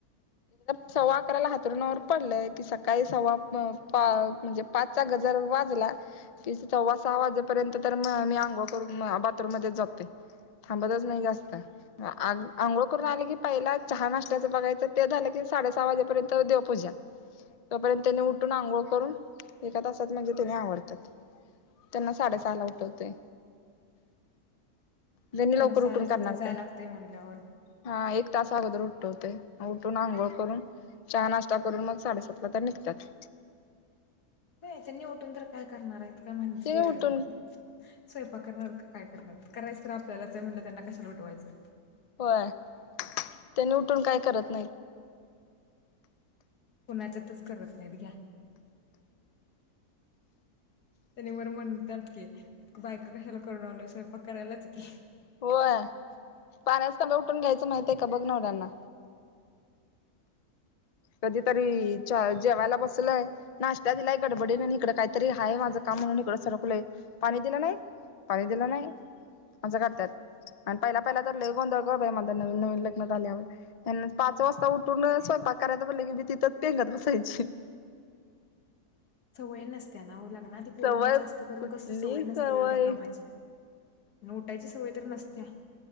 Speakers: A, on the left; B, on the left.
A: सव्वा अकराला हातरूनवर पडलंय की सकाळी सव्वा म्हणजे पाच चा गजर वाजला कि सव्वा सहा वाजेपर्यंत तर म मी अंंगोळ करून बाथरूम मध्ये जातो थांबतच नाही जास्त आंघोळ करून आले की पहिला चहा नास्ता बघायचं ते झालं की साडे सहा वाजेपर्यंत देवपूजा तोपर्यंत त्याने उठून आंघोळ करून एका तासात म्हणजे त्याने आवरतात त्यांना साडेसहा ला उठवते जनी
B: त्यांना
A: लवकर
B: साडेसातला
A: उठून करणार
B: जायला
A: काय
B: लागतंय म्हणल्यावर.
A: हा एक तासा अगोदर उठवते उठून आंघोळ करून चहा नाश्ता करून मग साडेसातला तर निघतात
B: हो त्यांनी उठून तर काय करणार आहेत काय म्हनुस स्वयंपा
A: ते उठून
B: करणार का काय करणार करायचं आपल्याला म्हणलं त्यांना कशा लुटवायचं
A: होय त्यांनी उठून काय करत नाहीत
B: कुणाच्यातच करत नाहीत घ्या त्यानी बरं म्हणताल की बायक कशाला करून आल स्वयंपाक करायलाच की
A: होय पाण्याच तांब्या उठून घ्यायचं माहित आहे का बघ म्हणावं नवऱ्यांना
B: <inaudible>
A: कधीतरी जेवायला बसलय नाश्ता दिलाय गडबडीने आणि इकडं काहीतरी आहेाय माझं काम त सरकलोय पाणी दिला नाही पाणी दिला नाही असं करतात आणि पहिला पहिला तर ल गोंधळ ग बाई माझ नवीन नवीन लग्नत आल्यावर पाच पा वाजता उठून स्वयंपाक करायचं म्हंटले की मी तिथंच पेंगत बसायची
B: सवय नसत्या ना हो लाग ना ती पोरीना
A: सवय
B: जास्त करून
A: कुठली
B: कस सवय नसते
A: सवय
B: एवढ्या कामाची नोटाची सवय तर नसत्या